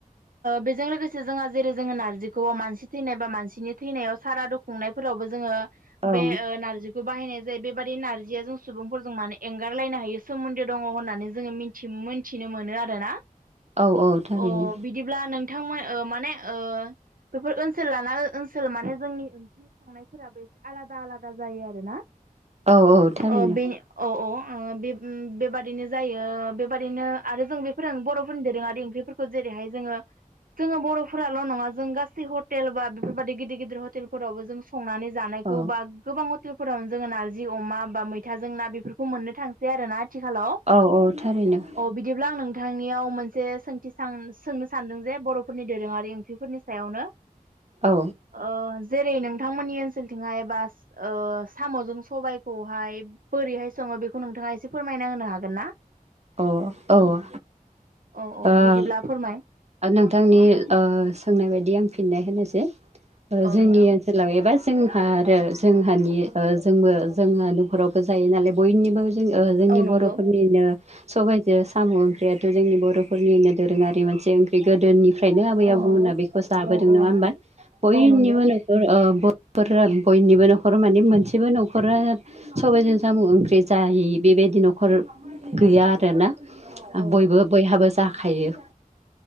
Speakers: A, on the right; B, on the right.
A: बेजों लोगोसे जोंहा जेरै जोङो नारजिखौ मानसि थैनाय बा मानसिनि थैनायाव सारादु खुंनायफोरावबो जोङो
B: ओं
A: बे नारजि खौ बाहायनाय जायो ।बेबादि नारजिया जों सुबुंफोरजों माने एंगारलायनो हायो सोमोन्दो दङ होननानै जोङो मिथि मोनथिनो मोनो आरोना।
B: औ औ थारैनो।
A: अ बिदिब्ला नोंथांमोन माने ओ बेफोर ओनसोल लाना ओनसोल माने जोंनि ओं संनायफोराबो एसे आलादा आलादा जायो आरोना
B: औ औ थारैनो
A: अ बे औ औ बेबादिनो जायो बेबादिनो आरो जों बेफोर बर' दोरोंआरि आरो ओंख्रिफोरखौ जेरैहाय जोङो जोङो बर'फोराल' नङा जों गासै हटेल बा बेफोरबदि गिदिर गिदिर हटेलफोरावबो जों संनानै जानायखौ
B: औ
A: बा गोबां ह टेलफोरावनो जोङो नारजि अमा बा मैथाजों ना बेफोरखौ मोननो थांसै आरो ना आथिखालाव।
B: औ औ थारैनो
A: बिदिब्ला आं नोंथांनियाव मोनसे सोंथि सां सोंनो सानदों जे बर'फोरनि दोरोङारि ओंख्रिफोरनि सायावनो।
B: औ।
A: ओ जेरै नोंथांमोननि ओनसोलथिंहाय बास ओ सामजों सबायाइखौहाय बोरैहाय सङो बेखौ नोंथाङा एसे फोरमायना होनो हागोन ना?
B: अ औ।
A: औ औ
B: ओ
A: बिदिब्ला फोरमाय
B: नोंथांनि ओ सोंनाय बायदि आं फिननाय होनोसै ओ
A: औ
B: जोंनि
A: नोंथां
B: सोलाव एबा जोंहा आरो जोंहानि ओ जोंबो जोंहा नखरावबो जायो नालाय बयनिबो जों ओ जोंनि
A: औ नंगौ
B: बर'फोरनिनो सबाइजो साम' ओंख्रियाथ' जोंनि बर'फोरनिनो दोरोङारि मोनसे ओंख्रि गोदोनि ओफ्रायनो आबै
A: औ
B: आबौमोनना
A: नंगौ
B: बेखौ जाबोदों
A: औ औ
B: नङा होमबा? बयनिबो
A: औ नंगौ
B: न ओ ओ बरफोरा बयनिबो नखर माने मोनसेबो नखरा सबाइजों साम ओंख्रि जायि बेबायदि नखर गैया आरो ना।
A: औ
B: बयबो बैहाबो जाखायो।